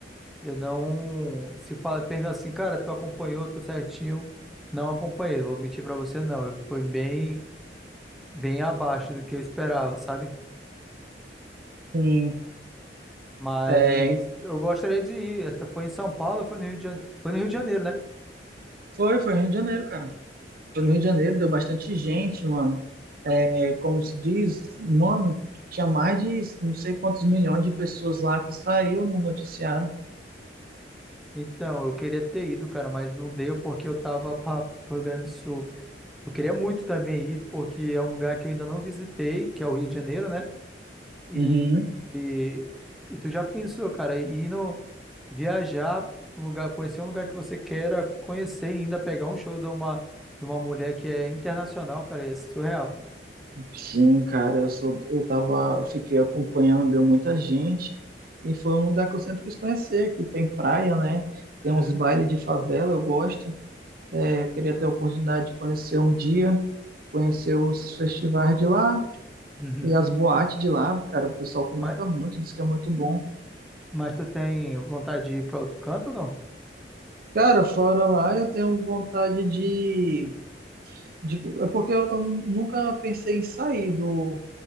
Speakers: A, in the centre; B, on the right (about 55°).
A: Eu não. Se fala, pergunta assim, cara, tu acompanhou tudo certinho? Não acompanhei, vou mentir pra você, não. Eu fui bem, bem abaixo do que eu esperava, sabe?
B: Sim,
A: Mas
B: é,
A: eu gostaria de ir. Essa foi em São Paulo, foi no Rio de Janeiro, foi no Rio de Janeiro, né?
B: foi, foi Rio de Janeiro, cara. Foi no Rio de Janeiro, deu bastante gente, mano. é, como se diz, mano, tinha mais de não sei quantos milhões de pessoas lá que saiu no noticiário.
A: Então, eu queria ter ido, cara, mas não deu porque eu tava para o Rio Grande do Sul. Eu queria muito também ir, porque é um lugar que eu ainda não visitei, que é o Rio de Janeiro, né? E,
B: Uhum.
A: e, e tu já pensou, cara, ir no, viajar, pra um lugar, conhecer um lugar que você queira conhecer e ainda pegar um show de uma, de uma mulher que é internacional, cara, é surreal.
B: Sim, cara, eu sou, eu tava, fiquei acompanhando, deu muita gente, e foi um lugar que eu sempre quis conhecer, que tem praia, né?
A: Uhum,
B: Tem uns bailes de favela, eu gosto. É, queria ter a oportunidade de conhecer um dia, conhecer os festivais de lá
A: uhum,
B: e as boates de lá, cara, o pessoal comenta
A: Mas,
B: muito, diz que é muito bom.
A: mas tu tem vontade de ir para outro canto ou não?
B: Cara, fora lá, eu tenho vontade de Tipo, é porque eu eu nunca pensei em sair do,